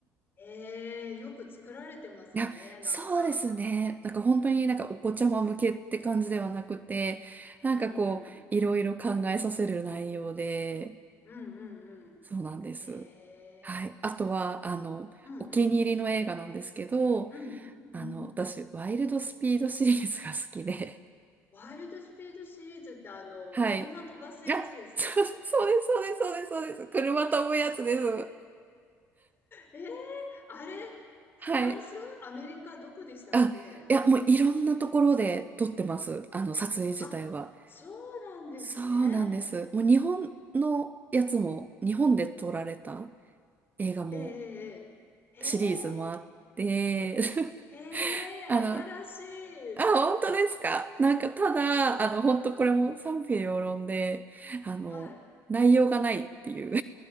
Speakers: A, on the left; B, on the right.
A: ええーよく作られてますね、
B: いや、
A: なんか。
B: そうですね。なんか本当になんかお子ちゃま向けって感じではなくて、なんかこう、
A: うんうん、
B: いろいろ考えさせる内容で、
A: うんうんうん。
B: そうなんです。
A: へえ、
B: はい。あとは、あの、
A: うんうん、
B: お気に入りの映画なんですけど、
A: うん、うん。
B: あの、私、ワイルドスピードシリーズが好きで。
A: ワイルドスピードシリーズってあの、
B: <laughs> はい。
A: 車飛ばすやつですか
B: あ、そう、そうです、そうです、そうです、そうです。車飛ぶやつです。
A: ええーあれ、フランスアメリカどこでしたっけ
B: はい。あ、いや、もういろんなところで撮ってます。あの、撮影自体は。
A: あ、そうなんですね。
B: そうなんです。もう日本のやつも、日本で撮られた映画も、
A: ええええええへえ。
B: シリーズもあって、
A: へえ、
B: <laughs>
A: 新しい。
B: あの、あ、本当ですかなんか、ただ、あの、本当これも賛否両論で、あの、
A: はい。
B: 内容がないっていう。